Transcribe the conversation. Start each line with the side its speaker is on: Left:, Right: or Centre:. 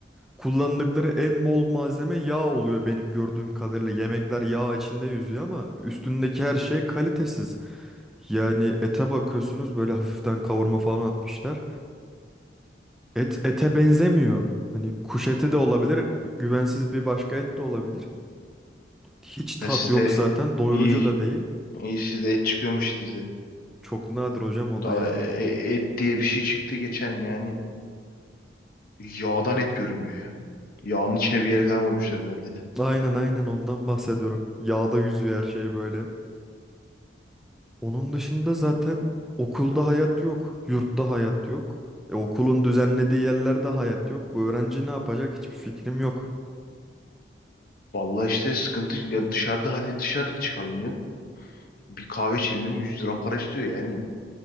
Centre: kullandıkları en bol malzeme yağ oluyor benim gördüğüm kadarıyla. Yemekler yağ içinde yüzüyor ama üstündeki her şey kalitesiz. Yani ete bakıyorsunuz böyle hafiften kavurma falan atmışlar. Et ete benzemiyor. Hani kuş eti de olabilir, güvensiz bir başka et de olabilir. Hiç tat
Left: ya sizde
Centre: yok zaten,
Left: e,
Centre: doyurucu
Left: iyi
Centre: da değil.
Left: iyi sizde et çıkıyormuş size.
Centre: Çok nadir hocam o
Left: Daha
Centre: da yani.
Left: e, e, et diye bir şey çıktı geçen yani yağdan et görünmüyor ya. Yağın içine bir yere falan koymuşlar herhalde.
Centre: Aynen aynen ondan bahsediyorum. Yağda yüzüyor her şey böyle. Onun dışında zaten okulda hayat yok. Yurtta hayat yok. E, okulun düzenlediği yerlerde hayat yok. Bu öğrenci ne yapacak hiçbir fikrim yok.
Left: Vallahi işte sıkıntı ya dışarıda hadi dışarı çıkalım diyorsun. Bir kahve içelim diyorsun, 100 lira para istiyor yani.